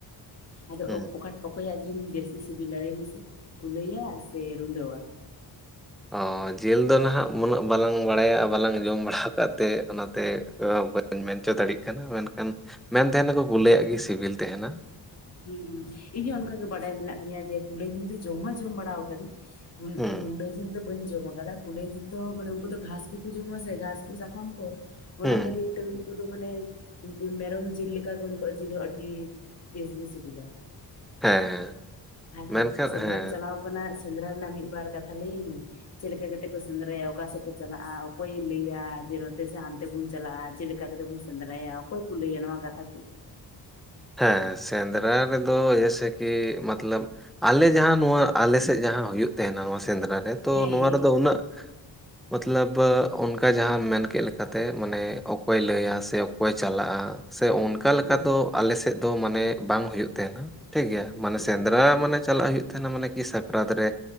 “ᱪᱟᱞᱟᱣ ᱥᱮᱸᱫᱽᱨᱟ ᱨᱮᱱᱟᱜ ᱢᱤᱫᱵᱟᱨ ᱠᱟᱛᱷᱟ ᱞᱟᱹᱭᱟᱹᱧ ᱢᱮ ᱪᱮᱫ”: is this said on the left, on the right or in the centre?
Left